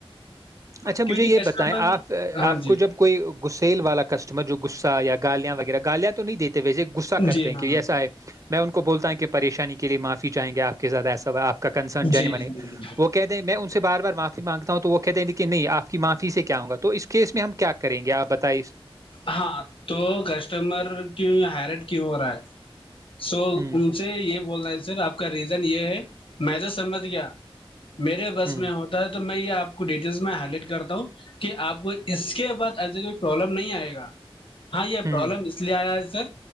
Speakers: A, on the right (about 35°); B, on the left (about 65°).
A: اچھا
B: کیونکہ
A: مجھے یہ
B: کسٹمر
A: بتائیں آپ
B: ہاں
A: آپ
B: جی
A: کو جب کوئی گسیل والا کا کسٹمر جو گغصاہ یا الیاں وہ گالیاں تو نہیں دیتے گہ کرتے
B: جی
A: ہیں
B: ہاں
A: ایسا ہے میں ان کو بولتا ہ کہ پریشانی کے لیے معافی چاہیں گےپاپ کا کنسر
B: جی جی
A: وہ کہ ان سے بار بار معافی مانگتا ہوں تو وہ کہتےے کہ نہیں آپ کی معافی سے ہووںگا تو اس کیس میں ہم کیا کر کریں گے آپ بتائی
B: ہاں تو کسٹمر کی ہائی رائٹ کیوں ہو رہا ہے سو
A: ہوں
B: ان سے یہ بول رہے ہے سر آپ کا ریزن یہ ہے میں تو سمجھ گیا میرے بس
A: ہوں
B: میں ہوتا ہے تو <unintelligible> میں یہ آپ کو ڈیٹیلس میں ہائی لائٹ کرتا ہوں کہ آپ کو اس کے بعد ایسے کوئی پرابلم نہیں آئے گا ا <inaudible> ہاں یہ
A: ہوں
B: پرابلم اس لیے آیا ہے <unintelligible> سر